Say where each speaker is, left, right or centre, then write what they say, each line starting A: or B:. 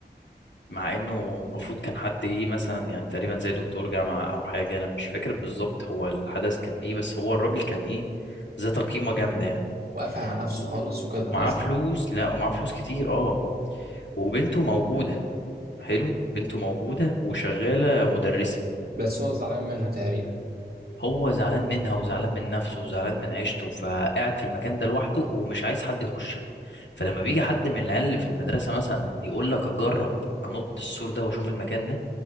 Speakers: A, on the left; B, on the right.
A: مع انه المفروض كان حد ايه مثلا يعني تقريبا زي دكتور جامعه او حاجه انا مش فاكر بالظبط هو الحدث كان ايه بس هو الراجل كان ايه ذات قيمه جامده يعني
B: وقفل على نفسه
A: و-
B: خالص وكده
A: ومعاه
B: قصدي
A: فلوس لا ومعاه فلوس كتير اه وبنته موجوده حلو بنته موجوده وشغاله مدرسه
B: بس هو زعلان منها تقريبا
A: هو زعلان منها وزعلان من نفسه وزعلان من عيشته فقاعد في المكان ده لوحده ومش عايز حد يخش له فلما بيجي حد من العيال اللي في المدرسه مثلا يقول لك اجرب انط السور ده واشوف المكان ده